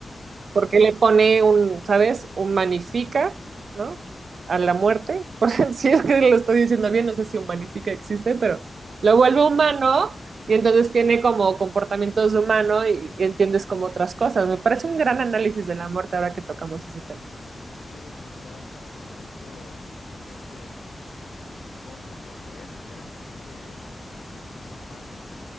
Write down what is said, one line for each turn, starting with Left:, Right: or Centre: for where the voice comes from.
Left: ajá,
Right: que le pone un, ¿sabes? Humanifica, ¿no? A la muerte. <laughs> Por si es que lo estoy diciendo bien, no sé si humanifica existe, pero lo vuelve
Left: sí,
Right: humano. Y entonces
Left: sí, sí.
Right: tiene como comportamientos de humano y, y entiendes como otras cosas. Me parece un gran análisis de la muerte ahora que tocamos ese tema.
Left: Sí, como que lo baja a un contexto totalmente eh, que podamos entender y le da ese toque, como bien dices, ¿no? Humano,